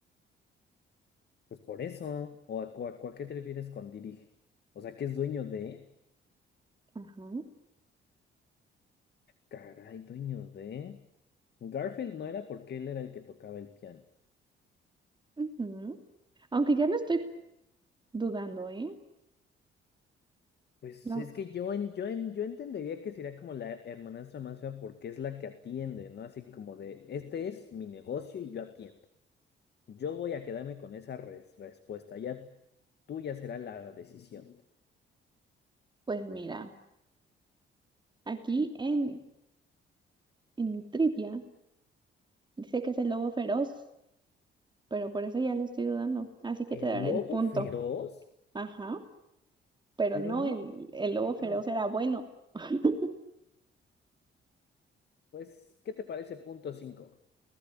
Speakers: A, on the left; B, on the right.
A: Pues por eso. ¿O a, cu- a cu- a qué te refieres con dirige? O sea, que es dueño de...
B: Ajá.
A: Caray, dueño de... Garfield no era porque él era el que tocaba el piano.
B: ujú. Aunque ya no estoy dudando, ¿eh?
A: Pues
B: No,
A: es que yo, en, yo, en, yo entendería que sería como la hermanastra más fea porque es la que atiende, ¿no? Así como de, este es mi negocio y yo atiendo. Yo voy a quedarme con esa res- respuesta, ya tuya será la decisión.
B: pues mira, aquí en, en mi trivia dice que es el lobo feroz, pero por eso ya lo estoy dudando. Así que te
A: El
B: daré
A: lobo
B: el punto.
A: feroz,
B: Ajá. pero
A: pero
B: no,
A: no,
B: el, el lobo feroz
A: pero
B: era bueno. <laughs>
A: pues, ¿qué te parece punto cinco?